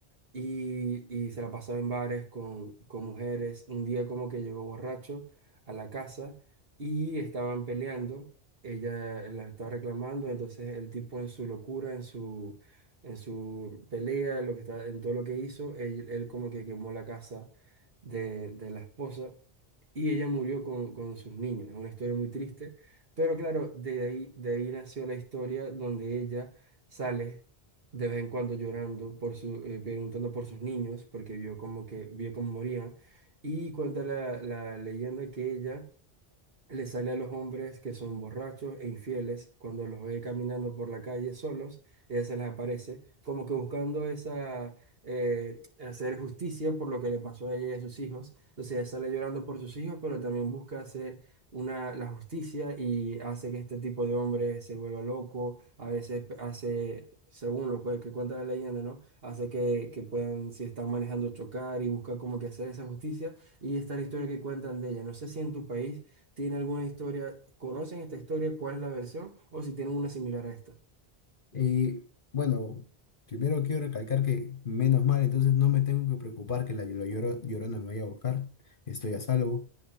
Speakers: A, on the right (about 65°); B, on the left (about 55°).
A: y, y se la pasaba en bares con, con mujeres. Un día como que llegó borracho a la casa y estaban peleando. Ella eh, la estaba reclamando, entonces el tipo en su locura, en su, en su pelea, lo que está, en todo lo que hizo, él, él como que quemó la casa de, de la esposa y ella murió con, con sus niños. Es una historia muy triste, pero claro, de ahí, de ahí nació la historia donde ella sale de vez en cuando llorando por su, eh, preguntando por sus niños, porque vio como que vio cómo morían. Y cuenta la, la leyenda que ella le sale a los hombres que son borrachos e infieles cuando los ve caminando por la calle solos, ella se les aparece, como que buscando esa, eh, hacer justicia por lo que le pasó a ella y a sus hijos. Entonces ella sale llorando por sus hijos, pero también busca hacer una, la justicia y hace que este tipo de hombre se vuelva loco, a veces pe- hace, según lo que que cuenta la leyenda, ¿no? Hace que, que puedan, si están manejando, chocar y busca como que hacer esa justicia. Y esta es la historia que cuentan de ella. No sé si en tu país tiene alguna historia, conocen esta historia, cuál es la versión, o si tienen una similar a esta.
B: Eh, bueno, primero quiero recalcar que menos mal, entonces no me tengo que preocupar que la, la lloro- llorona me vaya a buscar, estoy a salvo.